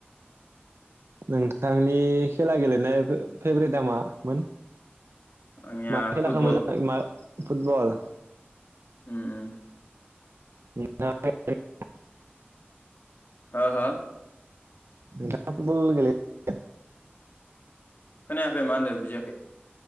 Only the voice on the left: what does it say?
आंनिया
फुटबल
उम उम।
हो हो ।
खोनायाखै माहोनदो बुजियाखै।